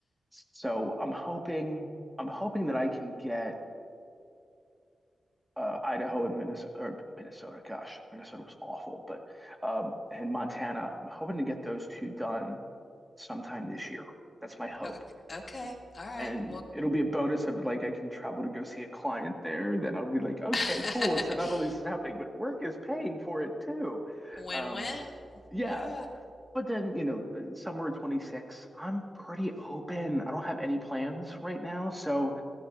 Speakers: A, in the centre; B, on the left.
A: so I'm hoping I'm hoping that I can get uh, Idaho and Minnesota, or Minnesota, gosh, Minnesota was awful, but um, and Montana. I'm hoping to get those two done sometime this year. That's my hope.
B: Ok okay, alright,
A: And
B: well
A: it'll be a bonus if like I can travel to go see a client there. Then I'll be like, okay,
B: <laughs>
A: cool. So not only is this happening, but work is paying for it too.
B: Win-win.
A: Um, yeah.
B: Yeah,
A: But then, you know, uh, summer of 26, I'm pretty open. I don't have any plans right now, so